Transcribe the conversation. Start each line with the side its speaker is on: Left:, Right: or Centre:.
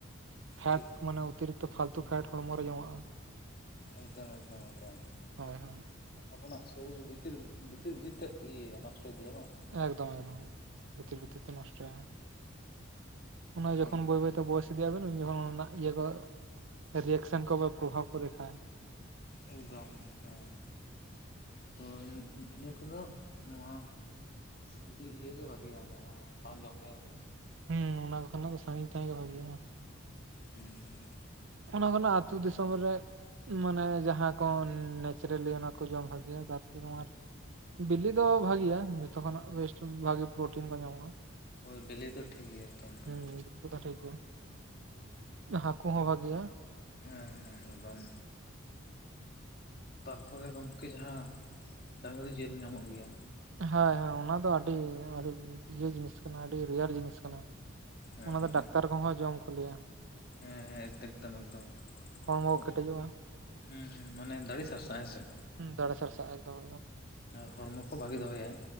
Right: ᱯᱷᱮᱴ
Left: ᱴᱷᱤᱠ
Right: ᱢᱟᱱᱮ ᱚᱛᱤᱨᱤᱠ ᱛᱚ ᱯᱷᱟᱞᱛᱩ ᱯᱷᱮᱴ ᱦᱚᱲᱢᱚ ᱨᱮ ᱡᱚᱢᱟᱜ-ᱟ᱾
Left: ᱮᱠᱫᱚᱢ ᱮᱠᱫᱚᱢ ᱮᱠᱫᱚᱢ
Right: ᱦᱳᱭ ᱦᱳᱭ
Left: ᱟᱵᱚᱱᱟᱜ ᱥᱚᱨᱤᱨ ᱵᱷᱤᱛᱤᱨ ᱵᱷᱤᱛ ᱵᱷᱤᱛᱤᱨ ᱵᱷᱤᱛᱤᱨ ᱛᱮ ᱤᱭᱟᱹ ᱭᱟ ᱱᱚᱥᱴᱚ ᱫᱤᱭᱟ ᱵᱟᱝ
Right: ᱮᱠᱫᱚᱢ ᱮᱠᱫᱚᱢ ᱵᱷᱤᱛᱤᱨ ᱵᱷᱤᱛᱤᱨ ᱛᱮ ᱱᱚᱥᱴ ᱭᱟ ᱚᱱᱟ
Left: ᱦᱳᱭ
Right: ᱡᱚᱠᱷᱚᱱ ᱵᱟᱹᱭ ᱵᱟᱹᱭᱛᱮ ᱵᱚᱭᱚᱥ ᱤᱫᱤ ᱟᱵᱮᱱ ᱩᱱ ᱡᱚᱠᱷᱚᱱ ᱚᱱᱟ ᱤᱭᱟᱹ ᱠᱚ ᱨᱤᱭᱮᱠᱥᱮᱱ ᱠᱚ ᱵᱟ ᱯᱨᱚᱵᱷᱟᱵᱽ ᱠᱚ ᱫᱮᱠᱷᱟ ᱟᱭ
Left: ᱮᱠᱫᱚᱢ ᱦᱮᱸ ᱛᱚ ᱤᱱᱟᱹ ᱠᱚᱫᱚ ᱱᱚᱣᱟ <unintelligible> ᱵᱷᱟᱜᱮᱭᱟ ᱡᱟᱦᱟᱸ ᱵᱟᱝ ᱡᱚᱢ ᱜᱮ ᱦᱮᱸ ᱥᱮ
Right: ᱦᱩᱸ ᱚᱱᱟᱠᱚ ᱠᱚᱱᱟᱜ ᱫᱚ ᱥᱟᱺᱟᱜᱤᱧ ᱛᱟᱦᱮᱸ ᱜᱮ ᱵᱷᱟᱹᱜᱤ ᱭᱟ᱾
Left: ᱦᱮᱸ ᱦᱮᱸ
Right: ᱚᱱᱟ ᱠᱷᱚᱱᱟᱜ ᱟᱛᱩ ᱫᱤᱥᱚᱢ ᱨᱮ ᱢᱟᱱᱮ ᱡᱟᱦᱟᱸ ᱠᱚ ᱱᱮᱪᱨᱮᱞᱤ ᱚᱱᱟᱠᱚ ᱡᱚᱢ ᱵᱷᱟᱜᱤᱭᱟ ᱛᱟᱯᱚᱨᱮ ᱱᱚᱣᱟ ᱵᱤᱞᱤ ᱫᱚ ᱵᱷᱟᱜᱤᱭᱟ ᱡᱷᱚᱛᱚ ᱠᱷᱚᱱᱟᱜ ᱵᱮᱥᱴ ᱵᱷᱟᱜᱤ ᱯᱨᱚᱴᱤᱱ ᱠᱚ ᱧᱟᱢᱚᱜ-ᱟ
Left: ᱦᱳᱭ ᱵᱮᱞᱮ ᱫᱚ ᱴᱷᱤᱠ ᱜᱮᱭᱟ ᱮᱠᱫᱚᱢ ᱦᱮᱸ
Right: ᱦᱩᱸ ᱵᱤᱞᱤ ᱠᱚᱫᱚ ᱴᱷᱤᱠ ᱜᱮᱭᱟ᱾ ᱦᱟᱠᱳ ᱦᱚᱸ ᱵᱷᱟᱜᱤᱭᱟ
Left: ᱦᱮᱸ ᱦᱮᱸ ᱦᱮᱸ ᱵᱟᱝ ᱛᱟᱨᱯᱚᱨᱮ ᱜᱚᱝᱠᱮ ᱡᱟᱦᱟᱸ ᱰᱟᱝᱨᱤ ᱡᱮᱞ ᱧᱟᱢᱚᱜ ᱜᱮᱭᱟ
Right: ᱦᱮᱸ ᱦᱮᱸ ᱚᱱᱟ ᱫᱚ ᱟᱰᱤ ᱟᱰᱤ ᱤᱭᱟᱹ ᱡᱤᱱᱤᱥ ᱠᱟᱱᱟ ᱟᱰᱤ ᱨᱮᱭᱟᱨ ᱡᱤᱱᱤᱥ ᱠᱟᱱᱟ
Left: ᱦᱮᱸ
Right: ᱚᱱᱟ ᱫᱚ
Left: ᱢᱟᱱᱮ
Right: ᱰᱟᱠᱛᱟᱨ ᱠᱚᱦᱚᱸ ᱡᱚᱢ ᱠᱚ ᱞᱟᱹᱭᱟ
Left: ᱦᱮᱸ ᱦᱮᱸ ᱮᱠᱫᱚᱢ ᱮᱠᱫᱚᱢ
Right: ᱦᱚᱲᱢᱚ
Left: ᱛᱚ
Right: ᱠᱚ ᱠᱮᱴᱮᱡᱚᱜᱼᱟ
Left: ᱦᱩᱸ ᱦᱩᱸ ᱢᱟᱱᱮ ᱫᱟᱲᱤ ᱥᱟᱨᱥᱟᱜ-ᱟ ᱦᱮᱸ ᱥᱮ
Right: ᱦᱩᱸ ᱫᱟᱲᱮ ᱥᱟᱨᱥᱟᱜ-ᱟ ᱮᱠᱫᱚᱢ ᱮᱠᱫᱚᱢ
Left: ᱟᱨ ᱦᱚᱲᱢᱚ ᱠᱚ ᱵᱷᱟᱜᱤ ᱫᱚᱦᱚᱭᱟᱭ